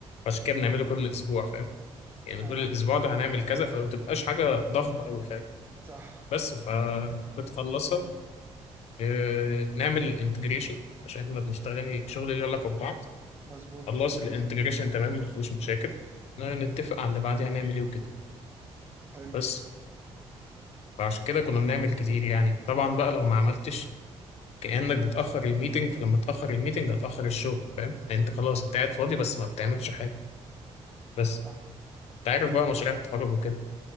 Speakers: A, on the left; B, on the right.
A: عشان كده بنعمله كل اسبوع فاهم يعني
B: اه
A: بنقول الاسبوع ده هنعمل كذا فما بتبقاش حاجه ضخمه قوي فاهم
B: صح
A: بس فبتخلصها اه نعمل الانتجريشن عشان احنا بنشتغل يعني شغل ليه علاقه ببعض
B: مظبوط
A: خلص الانتجريشن تمام ما فيهوش مشاكل اه، نتفق على اللي بعديها هنعمل ايه وكده
B: حلو
A: بس فعشان كده كنا بنعمل كتير يعني طبعا بقى لو ما عملتش كأنك بتأخر الميتنج فلما تأخر الميتنج هتأخر الشغل فاهم يعني انت خلاص انت قاعد فاضي بس ما بتعملش حاجة بس
B: صح
A: انت عارف بقى مشاريع التخرج وكده